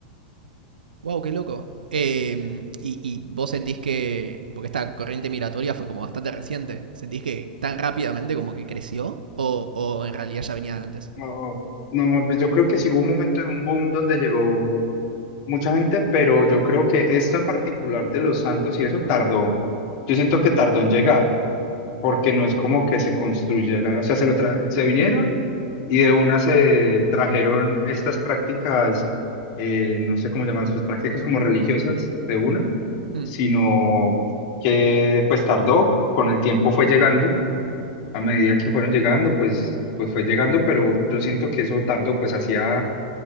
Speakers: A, on the right; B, on the left.
A: Wow, qué loco. Eh, y, y vos sentís que, porque esta corriente migratoria fue como bastante reciente, ¿sentís que tan rápidamente como que creció o, o en realidad ya venía de antes?
B: No, no, pues yo creo que sí hubo un momento de un boom donde llegó mucha gente, pero yo creo que esto en particular de los Santos y eso tardó, yo siento que tardó en llegar, porque no es como que se construyera, o sea, se lo tra- se vinieron y de una se trajeron estas prácticas, eh, no sé cómo llamarlas, pues prácticas como religiosas de una,
A: Hmm.
B: sino que pues tardó, con el tiempo fue llegando, a medida que fueron llegando, pues, pues fue llegando, pero yo siento que eso tardó, pues hacía